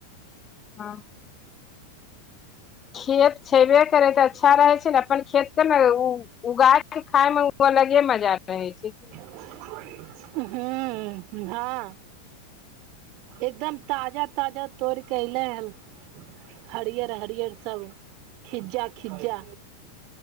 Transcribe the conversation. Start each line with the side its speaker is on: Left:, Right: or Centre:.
Left: हँ खेत छैबे करै तऽ अच्छा रहै छै नऽ अपन खेतके नऽ उ उगाय के खाय मे ओ अलगे मजा रहै छै कि
Right: ह्म हँ एकदम ताजा ताजा तोरिके अएले हल हरियर हरियर सभ खिज्जा खिज्जा